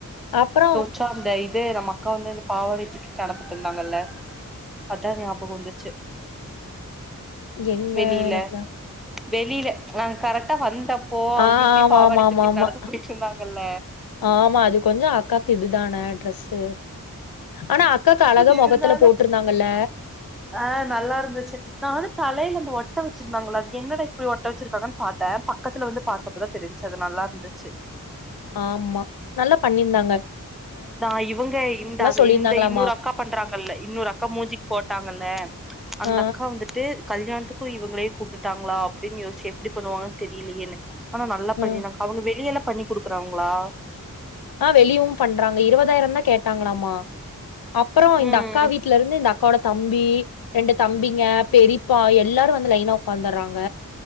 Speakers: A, on the left (about 80°); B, in the centre.
A: அப்றோ
B: சோ அந்த இது நம்ம அக்கா வந்து இந்த பாவாடைய தூக்கிட்டு தலகுத்தும்பாங்கல்ல அதா ஞாபகம் வந்துச்சு
A: எங்க
B: வெளில
A: எனக்கு
B: வெளில நாங் கரெக்டா வந்தப் போ அவுங்க
A: ஆ
B: இப்டி
A: ஆமாமாமாமா.
B: பாவாடய தூக்கிட்டு நடந்து போயிட்ருந்தாங்கல்ல
A: ஆமா அது கொஞ்சோ அக்காக்கு இதுதான ட்ரெஸ் இது ஆனா அக்காக்கு அழகா
B: இருந்தாலு
A: மொகத்துல போட்ருந்தாங்கல்ல
B: ஆ நல்லா இருந்துச்சு நானு தலைல அந்த ஒட்ட வேச்சிருந்தாங்கள்ள அது என்னடா இப்டி ஒட்ட வெச்சிருக்காங்கன் பாத்த பக்கத்துல வந்து பாத்தப்பதா தெரிஞ்சு அது நல்லா இருந்துச்சு
A: ஆமா நல்லா பண்ணிருந்தாங்க
B: நா இவுங்க இந்த அ
A: சொல்லியிருந்தாங்களாமா.
B: இந்த இன்னொரு அக்கா பண்றாங்கல்ல இன்னொரு அக்கா மூஞ்சிக்கு போட்டாங்கல்ல அந்த
A: ஆ,
B: அக்கா வந்துட்டு கல்யாணத்துக்கு இவங்ளே கூப்டுட்டாங்ளா அப்டின்னு யோசிச்ச எப்டி பண்ணுவாங்கன்னு தெரிலயேன்னு ஆனா நல்லா பண்ணிருந்தாங்க
A: ம்.
B: அவுங்க வெளியல்லா பண்ணி குடுக்கறாங்ளா
A: ஆ வெளியவும் பண்றாங்க இருவதாயிரம்தா கேட்டாங்களாமா அப்றோ இந்த
B: ம்
A: அக்கா வீட்ல இருந்து இந்த அக்காவோட தம்பி ரெண்டு தம்பிங்க பெரிப்பா எல்லாரு வந்து லைனா உக்காந்தறாங்க